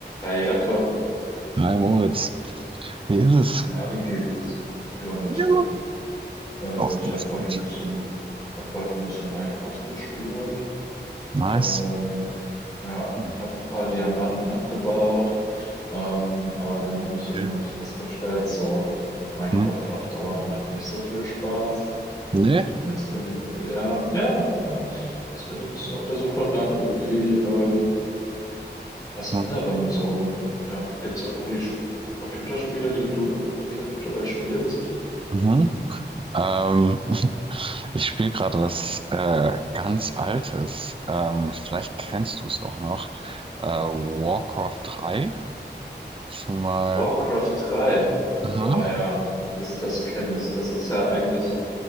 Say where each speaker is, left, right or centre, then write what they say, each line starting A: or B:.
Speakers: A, on the left (about 20°); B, on the right (about 30°).
A: Hi Jakob,
B: Hi Moritz, wie ist es?
A: na, wie geht's? Ja, ganz
B: Ja,
A: gut. Äh,
B: Auch
A: ich
B: ganz
A: habe
B: gut.
A: heute ein bisschen, hab heute ein bisschen Minecraft gespielt.
B: Nice.
A: Ähm, naja,
B: Hm,
A: ich habe ein paar Diamanten abgebaut, ähm, aber dann habe ich irgendwann
B: Okay.
A: festgestellt, so Minecraft
B: Hm?
A: auf Dauer macht nicht so viel Spaß. Hm.
B: Nee?
A: Und Jetzt bin ich, äh, ja, ja, ja. Jetzt bin ich so ein bisschen auf der Suche nach irgendwie ähm, was
B: Hm.
A: anderem so. Ja, gibt's irgendwie Sch- Computerspiele, die du irgendwie aktuell spielst?
B: Mhm. Ähm, <laughs> ich spiele gerade was äh, ganz Altes. Ähm, vielleicht kennst du es auch noch. Äh, Warcraft drei. Schon mal.
A: Warcraft drei,
B: Aha.
A: Boah, ja, das, das kenne ich. Das ist ja eigentlich